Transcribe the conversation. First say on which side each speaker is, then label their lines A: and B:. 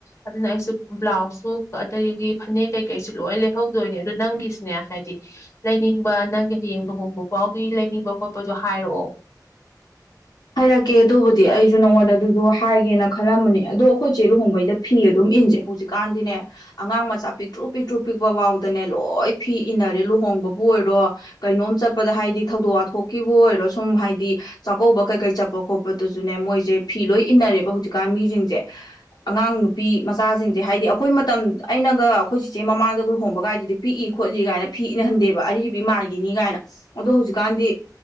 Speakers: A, on the left; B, on the left.
A: ꯑꯗꯨꯅ ꯑꯩꯁꯨ ꯕ꯭ꯂꯥꯎꯁꯁꯨ ꯑꯗꯒꯤ ꯐꯅꯦꯛ ꯀꯩꯀꯩꯁꯨ ꯂꯣꯏ ꯂꯩꯍꯧꯗꯣꯏꯅꯦ ꯑꯗꯨ ꯅꯪꯒꯤꯁꯤꯅꯦ ꯍꯥꯏꯗꯤ ꯂꯩꯅꯤꯡꯕ ꯅꯪꯒꯤ ꯍꯌꯦꯡ ꯂꯨꯍꯣꯡꯕ ꯐꯥꯎꯒꯤ ꯂꯩꯅꯤꯡꯕ ꯈꯣꯠꯄꯁꯨ ꯍꯥꯏꯔꯛꯑꯣ
B: ꯍꯥꯏꯔꯛꯀꯦ ꯑꯗꯨꯕꯨꯗꯤ ꯑꯩꯁꯨ ꯅꯉꯣꯟꯗ ꯑꯗꯨꯁꯨ ꯍꯥꯏꯒꯦꯅ ꯈꯜꯂꯝꯕꯅꯦ ꯑꯗꯣ ꯑꯩꯈꯣꯏꯆꯦ ꯂꯨꯍꯣꯡꯕꯩꯗ ꯐꯤ ꯑꯗꯨꯝ ꯏꯟꯁꯦ ꯍꯧꯖꯤꯛꯀꯥꯟꯗꯤꯅꯦ ꯑꯉꯥꯡ ꯃꯆꯥ ꯄꯤꯛꯇ꯭ꯔꯨ ꯄꯤꯛꯇ꯭ꯔꯨ ꯄꯤꯛꯄ ꯐꯥꯎꯗꯅꯦ ꯂꯣꯏ ꯐꯤ ꯏꯟꯅꯔꯦ ꯂꯨꯍꯣꯡꯕꯕꯨ ꯑꯣꯏꯔꯣ ꯀꯩꯅꯣꯝ ꯆꯠꯄꯗ ꯍꯥꯏꯗꯤ ꯊꯧꯗꯣꯛ ꯋꯥꯊꯣꯛꯀꯤꯕꯨ ꯑꯣꯏꯔꯣ ꯁꯨꯝ ꯍꯥꯏꯗꯤ ꯆꯥꯛꯀꯧꯕ ꯀꯩ ꯆꯠꯄ ꯈꯣꯠꯄꯗꯨꯁꯨꯅꯦ ꯃꯣꯏꯁꯦ ꯐꯤ ꯂꯣꯏ ꯏꯟꯅꯔꯦꯕ ꯍꯧꯖꯤꯛꯀꯥꯟ ꯃꯤꯁꯤꯡꯁꯦ ꯑꯉꯥꯡ ꯅꯨꯄꯤ ꯃꯆꯥꯁꯤꯡꯁꯦ ꯍꯥꯏꯗꯤ ꯑꯩꯈꯣꯏ ꯃꯇꯝ ꯑꯩꯅꯒ ꯑꯩꯈꯣꯏ ꯆꯤꯆꯦ ꯃꯃꯥꯡꯗ ꯂꯨꯍꯣꯡꯕ ꯀꯥꯏꯗꯨꯗꯤ ꯄꯤꯛꯏ ꯈꯣꯠꯂꯤ ꯀꯥꯏꯅ ꯐꯤ ꯏꯟꯍꯟꯗꯦꯕ ꯑꯔꯤꯔꯤꯕ ꯃꯥꯟꯈꯤꯅꯤ ꯀꯥꯏꯅ ꯑꯗꯣ ꯍꯧꯖꯤꯛꯀꯥꯟꯗꯤ